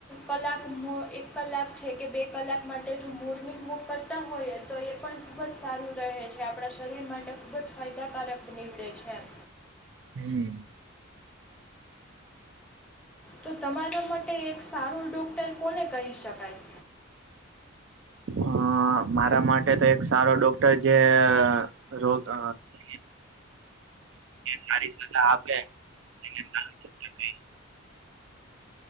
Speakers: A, in the centre; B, on the right (about 65°).
A: કલાક મોં એક કલાક છે કે બે કલાક માટે માટે જો મોર્નિંગ વોક કરતા હોઈએ તો એ પણ ખૂબ જ સારું રહે છે. આપડા શરીર માટે ખુબ જ ફાયદકારક નીવડે છે એમ
B: હમ
A: તો તમારા માટે એક સારું ડોક્ટર કોને કહી શકાય?
B: અ મારા માટે તો એક સારો ડોક્ટર જે રોગ <inaudible> સારી સલાહ આપે <inaudible> એને સારો <inaudible>